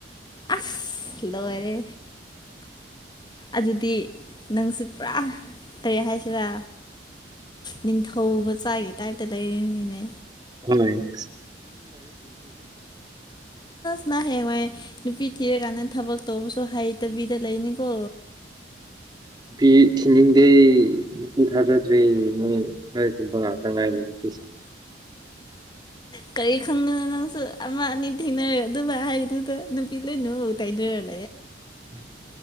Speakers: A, on the left; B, on the right.
A: ꯑꯁ ꯂꯔꯦ ꯑꯗꯨꯗꯤ ꯅꯪꯁꯦ ꯄꯨꯔꯥ ꯀꯔꯤꯦ ꯍꯥꯏꯁꯤꯔ ꯅꯤꯡꯊꯧ ꯃꯆꯥꯒꯤ ꯇꯥꯏꯞꯇ ꯂꯩꯅꯤꯅꯦ
B: ꯍꯣꯏꯦ
A: ꯑꯅ ꯍꯦꯉꯥꯏ ꯅꯨꯄꯤ ꯊꯤꯔꯀꯥꯟꯗ ꯊꯕꯛ ꯇꯧꯕꯁꯨ ꯍꯩꯇꯕꯤꯗ ꯂꯩꯅꯤꯀꯣ
B: ꯐꯤ ꯊꯤꯅꯤꯡꯗꯦ ꯅꯨꯄꯤ ꯊꯥꯖꯗ꯭ꯔꯦ ꯃꯣꯏ ꯍꯣꯏ ꯅꯥꯇꯉ ꯎꯤꯁ
A: ꯀꯔꯤ ꯈꯪꯗꯅꯣ ꯅꯪꯁꯨ ꯑꯃ ꯑꯅꯤ ꯊꯦꯡꯅꯔ ꯑꯗꯨ ꯍꯥꯏꯗꯨꯗ ꯅꯨꯄꯤ ꯂꯩꯣꯏꯅꯨ ꯇꯥꯏꯗꯔꯅꯤ
B: ꯎꯝ